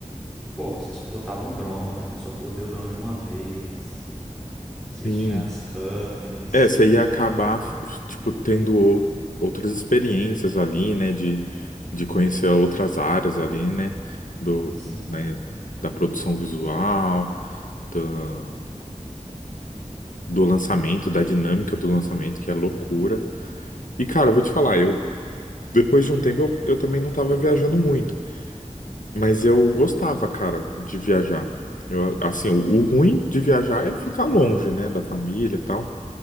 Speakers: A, in the centre; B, on the left.
A: pô, vocês pilotavam drone, eu só pilotei o drone uma vez. Vocês
B: Sim.
A: tinham as câmeras.
B: É, você ia acabar, f- tipo, tendo ou- outras experiências ali, né, de, de conhecer outras áreas ali, né, do,
A: Sim.
B: né, da produção visual, da- do lançamento, da dinâmica do lançamento, que é loucura. E, cara, eu vou te falar, eu, depois de um tempo, eu, eu também não tava viajando muito, mas eu gostava, cara, de viajar. Eu, assim, o, o ruim de viajar é ficar longe, né, da família e tal,